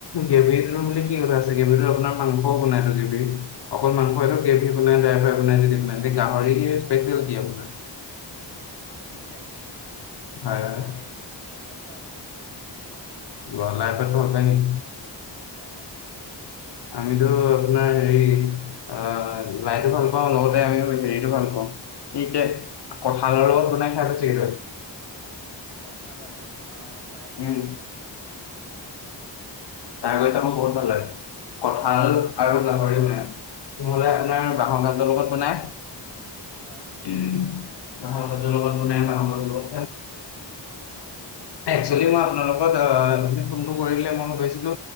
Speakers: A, on the left; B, on the right.
A: গ্ৰেভিটোত নো
B: উম,
A: কি কথা আছে, গ্ৰেভিটো আপোনাৰ মাংসও বনায় তো গ্ৰেভিৰ। অকল মাংসইটো
B: সেইটো
A: গ্ৰেভি
B: হয়।
A: বনায় <unintelligible> এনে গাহৰিৰ স্পেচেল কি আপোনাৰ?
B: স্পেচিয়েল? ইচছা
A: হয় হয়
B: লাই-
A: অ,
B: লাই পাত গাহৰি।
A: গলাই <unintelligible>
B: হয় - হয়।
A: আমিতো আপোনাৰ হেৰি অ' লাইটো ভাল পাওঁ, লগতে আমি হেৰিটো
B: হয়,
A: ভাল পাওঁ এই এতিয়া কঁঠালৰ লগত বনাই খাই পাইছ <unintelligible> <unintelligible>
B: কঠালৰ লগত অ ট্ৰাই কৰা
A: উম
B: নাই বাৰু
A: তাৰ <unintelligible> বহুত ভাল লাগে কঠাল আৰু গাহৰি
B: হয়,
A: মেইন নহ'লে
B: হয়,
A: আপোনাৰ
B: হয়,
A: বাহৰ গাজৰ লগত শুনাই
B: হয়।
A: উম বাঁহৰ গাজৰ লগত বনাই বাঁহৰ গাজৰ লগত
B: উম উম হয় হয়
A: একচেলি মই আপোনালোকক
B: উম,
A: ফোনটো কৰিলে মই ভাবিছ ছিলো